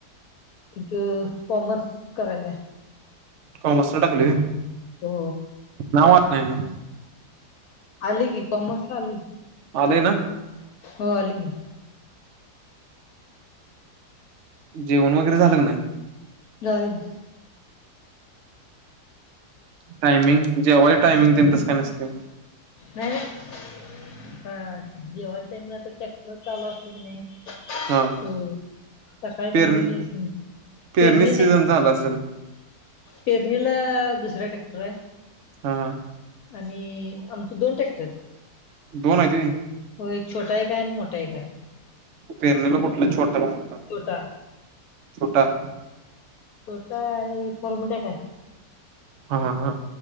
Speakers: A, on the left; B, on the right.
A: इथ कॉमर्स करायचंय आहे
B: कॉमर्सला टाकलय
A: हो
B: नाव आलं नाही मग
A: आलय की कॉमर्स ला आलय
B: आलय ना
A: हो आल की
B: जेवण वगैरे झालं का नाही
A: झालं की
B: टायमिंग जेवायच टायमिंग तेन तस काय नसतय
A: नाही नाही जेवायचं टाइमिंग आता काय ट्रॅक्टर चालू असल कणी नाही
B: हा
A: हो सकाळी
B: पेरणी
A: खालं की
B: पेरणीच
A: पेरणी नाही
B: सीझन
A: केली
B: झाला असेल
A: पेरणीला दुसरा टॅक्टर आहे
B: हा हा
A: आणि आमच दोन ट्रॅक्टर हेत
B: दोन आहेती.
A: होय छोटा एक हाय अन् मोठा एक हाय.
B: पेरणीला कुठलं छोटा की मोटा
A: छोटा
B: छोटा
A: छोटा आहे फॉर्मटॅक आहे.
B: हा हा हा.